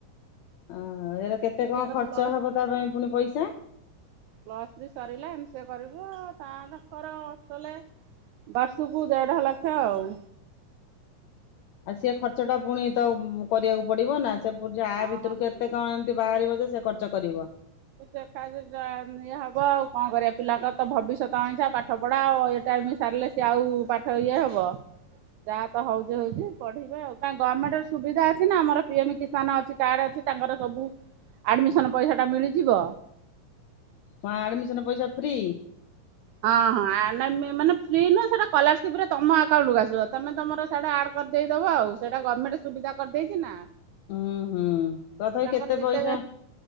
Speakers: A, on the left; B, on the right.
A: ଓୋ ଏବେ କେତେ
B: ଝିଅର
A: କଣ ଖର୍ଚ୍ଚ
B: ପ୍ଲସ୍
A: ହବ ତା ପାଇଁ ପୁଣି ପଇସା?
B: ପ୍ଲସ ଥ୍ରୀ ସରିଲା ଏମ ସି ଏ କରିବ। ତାଙ୍କର ହଷ୍ଟେଲ ବର୍ଷକୁ ଦେଢ ଲକ୍ଷ ଆଉ।
A: ଆଉ ସିଏ ଖର୍ଚ୍ଚ ଟା ପୁଣି ତ କରିବାକୁ ପଡିବ ନା। ସେ ପ ଆ
B: ହଁ।
A: ଭିତରୁ କେତେ କଣ ଏମିତି ବାହାରିବ ଯେ ସେ ଖର୍ଚ୍ଚ କରିବ।
B: ଦେଖ ଇଏ ହବ ଆଉ କଣ କରିବା ପିଲାଙ୍କ ତ ଭବିଷ୍ୟତ ଅଇସା ପାଠ ପଢା ଆଉ ଏଇଟା। ମ ସାରିଲେ ସେ ଆଉ ପାଠ ଇଏ ହବ। ଯାହା ତ ହଉଛି ହଉଛି ପଢିବେ ଆଉ ଗମେଣ୍ଟ ର ସୁବିଧା ଅଛି ନା ଆମର ପିଏମ କିଶାନ ଅଛି କାର୍ଡ ଅଛି। ତାଙ୍କର ସବୁ ଆଡମିସନ ପଇସା ଟା ମିଳିଯିବ।
A: ହଁ ଆଡମିସନ ପଇସା ଫ୍ରି?
B: ହଁ ହଁ ମାନେ ଫ୍ରି ନୁହ ସେଇଟା କଲାରସିପ ରେ ତମ ଆକାଉଣ୍ଟ କୁ ଆସିବ ତମେ ତର ସେ ଆଡ଼ ଦେଇଦବ ଆଉ ସେଇଟା ଗଭର୍ଣ୍ଣମେଣ୍ଟ ସୁବିଧା କରିଦେଇଛି ନା।
A: ହୁଁ ହୁଁ ତଥାପି
B: ପିଲାଙ୍କର
A: କେତେ
B: ଯେତେ
A: ପଇସା